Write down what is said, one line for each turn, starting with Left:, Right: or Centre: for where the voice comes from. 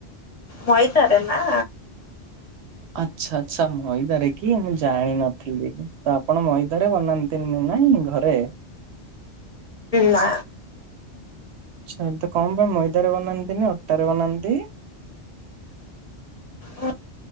Left: ମଇଦାରେ ନା।
Right: ଆଚ୍ଛା ଆଚ୍ଛା ମଇଦାରେ କି ମୁଁ ଜାଣିନଥିଲି ତ ଆପଣ ମଇଦାରେ ବନାନ୍ତିନି। ନାଇଁ ଘରେ।
Left: ନା।
Right: ଆଚ୍ଛା ତ କଣ ପାଇଁ ମଇଦାରେ ବନାନ୍ତିନି ଅଟାରେ ବନାନ୍ତି।
Left: ଉଁ